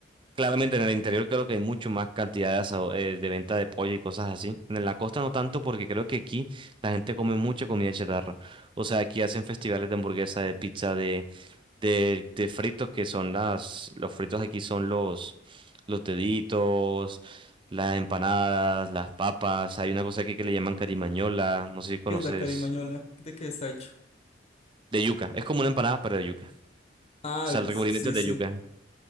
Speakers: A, on the right; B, on the left.
A: Claramente en el interior creo que hay mucho más cantidad de, asado- eh, de venta de pollo y cosas así. En la costa no tanto porque creo que aquí la gente come mucha comida chatarra. O sea, aquí hacen festivales de hamburguesa, de pizza, de, de fritos que son las, los fritos aquí son los, los deditos, las empanadas, las papas, hay una cosa aquí que le llaman carimañola, no sé si conoces,
B: ¿Qué es la carimañola? ¿De qué está hecho?
A: de yuca, es como una empanada pero de yuca,
B: Ah,
A: o sea,
B: s-
A: el recubrimiento
B: sí,
A: es
B: sí.
A: de yuca,